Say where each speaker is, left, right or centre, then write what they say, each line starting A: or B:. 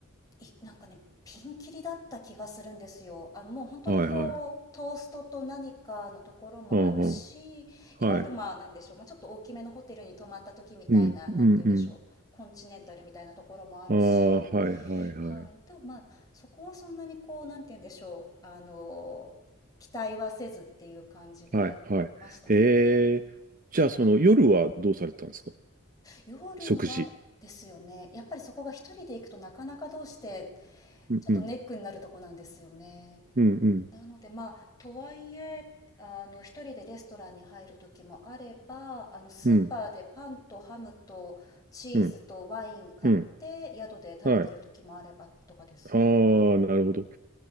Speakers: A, on the left; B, on the right.
A: い、なんかね、ピンキリだった気がするんですよ。あの、もう本当にこう、
B: はいはい。
A: トーストと何かのところもあるし、
B: うんうん。はい。
A: いわゆるまあ、なんでしょう、まあ、ちょっと大きめのホテルに泊まった時みたいな、
B: うん、
A: なんて言うんでしょう、
B: うん、うん。
A: コンチネンタルみたいなところもあるし、
B: ああ、はいはいはい。
A: はい、でもまあそこはそんなにこうなんて言うんでしょうあの期待はせずっていう感じでいましたかね。
B: はい、はい。えーじゃあその夜はどうされたんですか
A: 夜はですよねやっぱりそこが一人で行くとなかなかどうして
B: 食事。うんうん、
A: ちょっとネックになるとこなんですよね。
B: うん、うん、
A: なのでまあとはいえあの一人でレストランに入る時もあればあのスーパーでパンとハムとチーズとワイン買って宿で食べてる時もあればとかです。
B: うん、うん、うん。はい。ああ、なるほど。